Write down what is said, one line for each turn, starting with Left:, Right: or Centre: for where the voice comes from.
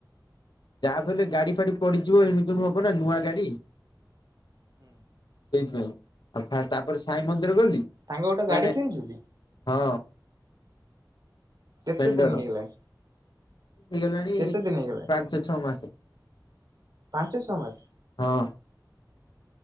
Left: ଯାହାଫଲେ ଗାଡି ଫାଡି ପଡିଯିବ ଏମିତିମ ହବ ନା ନୂଆ ଗାଡି।
Right: ହୁଁ।
Left: ସେଇଥିପାଇଁ ଆଉ ତାପରେ ସାଇ ମନ୍ଦିର ଗଲି
Right: ସଙ୍ଗ ଗୋଟେ
Left: ମାନେ
Right: ଗାଡ଼ି କିଣିଛୁ କି?
Left: ହଁ। ସ୍ପେଣ୍ଡର
Right: କେତେ ଦିନ ହେଇଗଲାଣି।
Left: ହେଇଗଲାଣି
Right: କେତେ ଦିନ ହେଇଗଲାଣି
Left: ପାଞ୍ଚ ଛଅ ମାସ।
Right: ପାଞ୍ଚ ଛଅମାସ।
Left: ହଁ